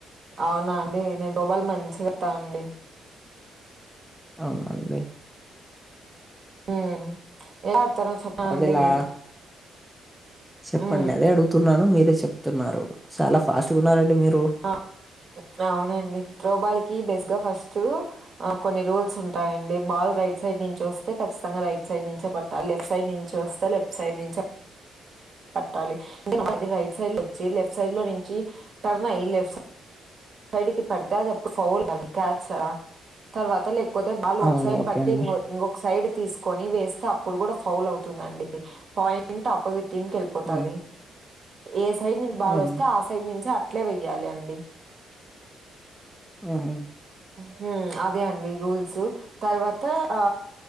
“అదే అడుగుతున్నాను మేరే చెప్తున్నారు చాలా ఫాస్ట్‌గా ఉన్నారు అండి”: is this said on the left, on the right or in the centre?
Centre